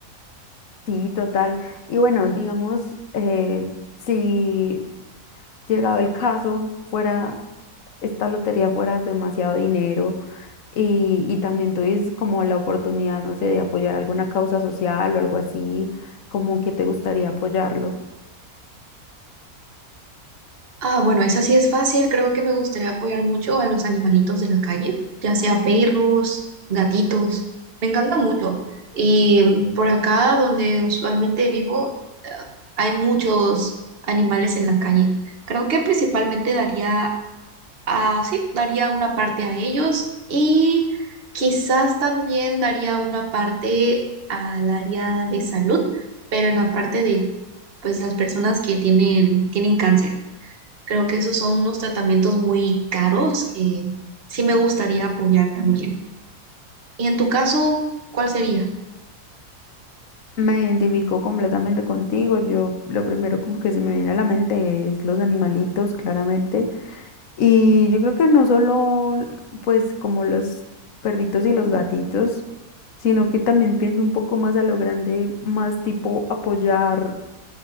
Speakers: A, on the left; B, on the right.
A: Sí, total. Y bueno, digamos, eh, si llegado el caso, fuera, esta lotería fuera demasiado dinero y, y también tuvieses como la oportunidad, no sé, de apoyar alguna causa social o algo así, como que te gustaría apoyarlo.
B: Ah, bueno, esa sí es fácil. Creo que me gustaría apoyar mucho a los animalitos de la calle, ya sea perros, gatitos. Me encantan mucho. Y por acá, donde usualmente vivo, eh, hay muchos animales en la calle. Creo que principalmente daría a, sí, daría una parte a ellos y quizás también daría una parte al área de salud, pero en la parte de, pues, las personas que tienen, tienen cáncer. Creo que esos son unos tratamientos muy caros que sí me gustaría apoyar también. Y en tu caso, ¿cuál sería?
A: Me identifico completamente contigo. Yo lo primero como que se me viene a la mente es los animalitos, claramente. Y yo creo que no solo, pues, como los perritos y los gatitos, sino que también pienso un poco más a lo grande, más tipo apoyar